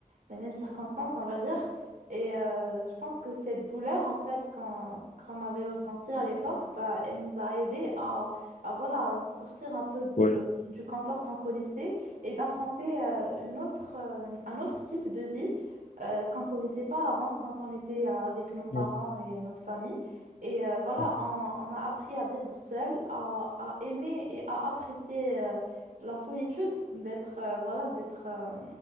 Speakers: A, on the right; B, on the left.
A: les mêmes circonstances, on va dire. Et euh, je pense que cette douleur, en fait, qu'on qu'on avait ressentie à l'époque, bah, elle nous a aidés à, à voilà, sortir un peu de,
B: ouais.
A: du confort qu'on connaissait et d'affronter euh, une autre, euh, un autre type de vie euh, qu'on connaissait pas avant quand on était euh, avec nos parents
B: Ouais,
A: et notre famille. Et euh, voilà,
B: ouais,
A: on, on a appris à vivre seul, à, à aimer et à apprécier euh, la solitude, d'être euh, voilà, d'être euh,